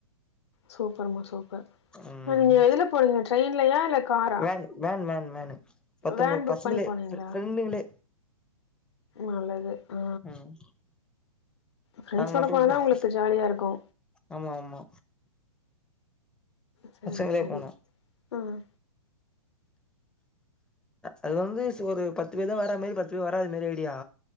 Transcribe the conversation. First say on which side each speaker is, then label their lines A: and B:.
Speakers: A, on the left (about 50°); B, in the centre.
A: சூப்பர்மா சூப்பர்
B: ம்
A: நீங்க எதுல போனீங்க ட்ரெய்ன்லயா இல்ல காரா
B: வேன் வேன் வேன் வேனு பத்தம்போது
A: வேன் புக்
B: பசங்களே
A: பண்ணி போனீங்களா
B: ஃப ஃப்ரெண்டுங்ளே
A: நல்லது ஆ
B: ம்
A: ஃப்ரெண்ட்ஸோட
B: நாங்க மட்டுமே
A: போனாதா
B: போனு
A: உங்களுக்கு ஜாலியா இருக்கு
B: ஆமா ஆமா
A: சரி
B: பசங்களே
A: சரி
B: போனோ
A: ம்
B: அது வந்து சு ஒரு பத்து பேர் தா வரா மேரி பத்து பேர் வராத மேரி ஐடியா